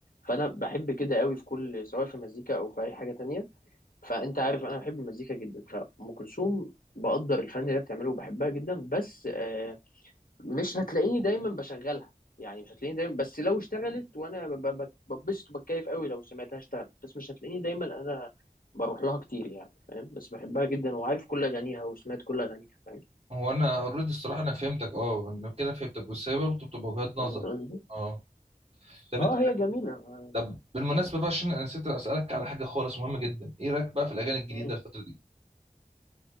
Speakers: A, on the left; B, on the right.
A: فانا بحب كده قوي في كل سواء في مزيكا او في اي حاجه تانية فانت عارف انا بحب المزيكا جدا فام كلثوم بقدر الفن اللي هي بتعمله وبحبها جدا بس آه، مش هتلاقيني دايما بشغلها يعني مش هتلاقيني دايما بس لو اشتغلت وانا ب- ب- ب- ببسط وبتكيف قوي لو سمعتها اشتغلت بس مش هتلاقيني دايما انا بروح لها كتير يعني فاهم بس بحبها جدا وعارف كل اغانيها وسمعت كل اغانيها فاهم
B: هو انا اوريدي الصراحه انا فهمتك اه انا كده فهمتك بس هي برضه بتبقى وجهات نظر
A: فهمت قصدي
B: اه طب
A: اه
B: انت
A: هي جميله ما-
B: طب بالمناسبه بقى عشان انا نسيت اسالك على حاجه خالص مهمه جدا ايه رايك بقى في الاغاني الجديده
A: مم.
B: الفتره دي؟